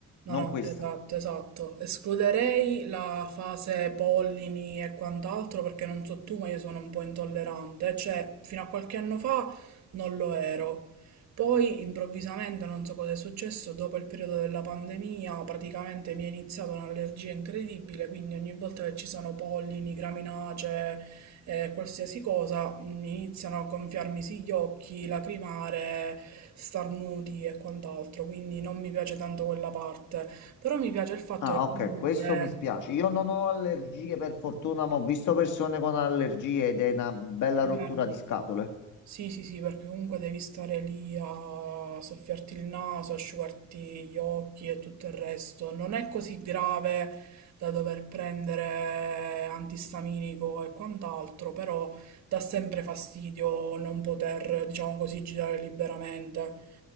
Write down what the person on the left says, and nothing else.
non
questa.
Ah,
ok,
questo mi spiace. Io non ho allergie per fortuna, ma ho visto persone con allergie ed è una bella
rottura
di scatole.